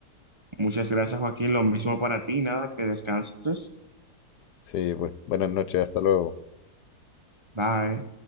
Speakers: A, on the right; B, on the left.
A: Muchas gracias, Joaquín. Lo mismo para ti. Nada, que descanses.
B: Sí, pues buenas noches, hasta luego.
A: Bye.